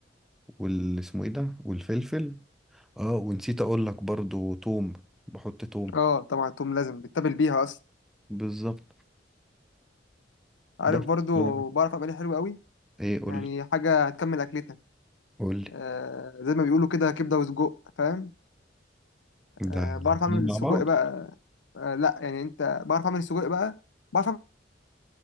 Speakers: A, in the centre; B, on the left.
A: وال اسمه ايه ده والفلفل اه ونسيت اقول لك برضو توم بحط توم
B: اه طبعا التوم لازم بتتبل بيها اصلا
A: بالظبط
B: عارف
A: بس
B: برضو
A: آه،
B: بعرف اعملها حلو قوي
A: ايه قول
B: يعني حاجه هتكمل اكلتك
A: قول
B: آه زي ما بيقولوا كده كبده وسجق فاهم
A: ده
B: آه بعرف
A: الاتنين
B: اعمل
A: مع
B: سجق
A: بعض
B: بقى آه لا يعني انت بعرف اعمل سجق بقى بعرف اعمل